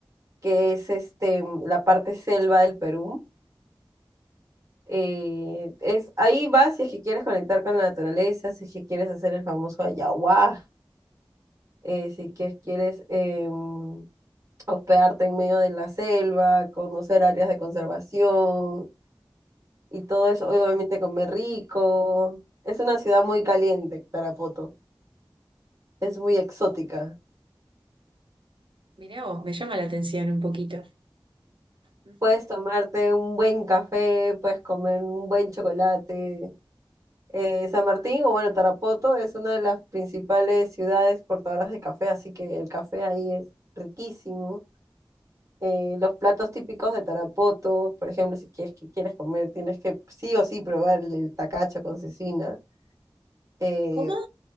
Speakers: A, on the right; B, on the right.
A: que es este, la parte selva del Perú. Eh, es, ahí vas si es que quieres conectar con la naturaleza, si es que quieres hacer el famoso ayahuasca eh, si que quieres em, hospedarte en medio de la selva, conocer áreas de conservación y todo eso, obviamente comer rico. Es una ciudad muy caliente, Tarapoto. Es muy exótica.
B: Mirá vos, me llama la atención un poquito. Ujú.
A: Puedes tomarte un buen café, puedes comer un buen chocolate. Eh, San Martín, o bueno, Tarapoto es una de las principales ciudades portadoras de café, así que el café ahí es riquísimo. eh, los platos típicos de Tarapoto, por ejemplo, si quieres, que quieres comer, tienes que sí o sí probar el tacacho con cecina. Eh,
B: ¿Cómo?